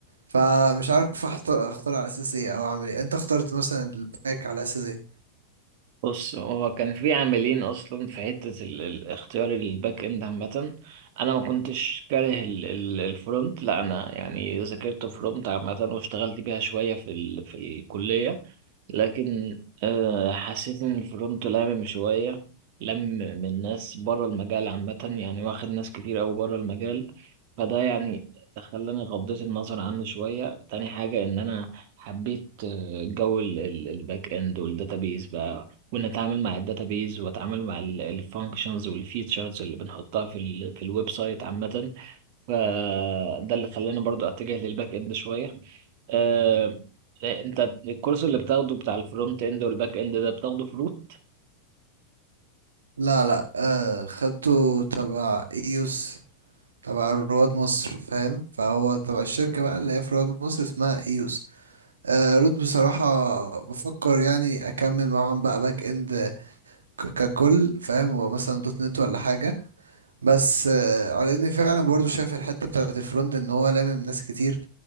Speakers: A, on the right; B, on the right.
A: فمش عارف احتار اختار على اساس ايه او اعمل ايه انت اخترت مثلا الباك على اساس ايه
B: بص هو كان في عاملين اصلا في حته ال- ال- اختيار الباك اند عامه انا ما كنتش كاره ال- ال- الفرونت لا انا يعني ذاكرت فرونت عامه واشتغلت بيها شويه في ال- في الكليه لكن آه، حسيت إن الفرونت لامم شوية لامم من ناس بره المجال عامة يعني واخد ناس كتير أوي بره المجال فده يعني خلاني غضيت النظر عنه شوية تاني حاجة إن أنا حبيت آه، جو ال- ال- الباك إند والداتابيز بقى وإن أتعامل مع الداتابيز وأتعامل مع الفانكشنز والفيتشرز اللي بنحطها في ال- في الويب سايت عامة فده اللي خلاني برضو اتجه للباك اند شويه آه، انت الكورس اللي بتاخده بتاع الفرونت اند والباك اند ده بتاخده في روت
A: لا لا آه خدته تبع ايوس تبع رواد مصر فاهم فهو تبع الشركة بقى اللي هي في رواد مصر اسمها ايوس آه رود بصراحة بفكر يعني اكمل معاهم بقى باك اند ك- ككل فاهم ومثلا دوت نت ولا حاجة بس آه على اني فعلا برضو شايف الحتة بتاعت الفرونت ان هو لامم ناس كتير